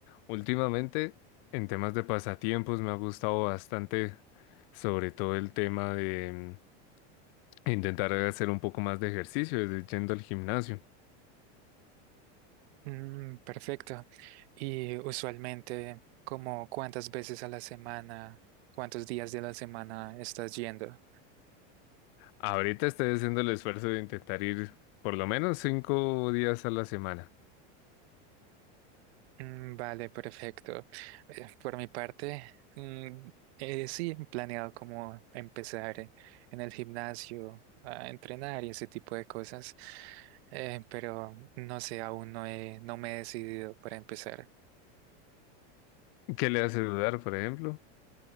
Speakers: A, on the left; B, on the right.
A: últimamente en temas de pasatiempos me ha gustado bastante, sobre todo el tema de mm, intentar hacer un poco más de ejercicio, desde yendo al gimnasio.
B: Mm, perfecto. Y usualmente, ¿como cuántas veces a la semana, cuántos días de la semana estás yendo?
A: Ahorita estoy haciendo el esfuerzo de intentar ir por lo menos cinco días a la semana.
B: Mm, Vale, perfecto. Eh, Por mi parte, mm, eh, sí, he planeado como empezar eh, en el gimnasio a entrenar y ese tipo de cosas, eh, pero no sé, aún no he, no me he decidido para empezar.
A: ¿Qué le hace dudar, por ejemplo?